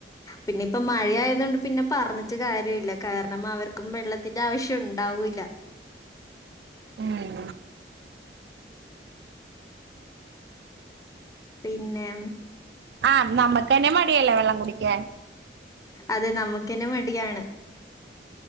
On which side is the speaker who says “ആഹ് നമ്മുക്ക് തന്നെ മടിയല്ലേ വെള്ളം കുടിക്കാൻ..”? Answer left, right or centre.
Right